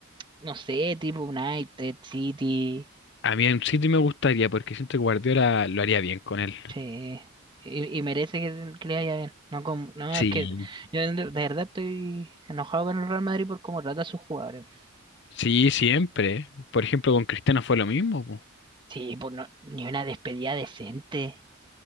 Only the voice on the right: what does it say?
no sé, tipo United, City,
sí. Y, y merece que, que le vaya bien. No, como- no,
es que yo de de verdad estoy enojado con el Real Madrid por cómo trata a sus jugadores.
Sí, por no- ni una despedida decente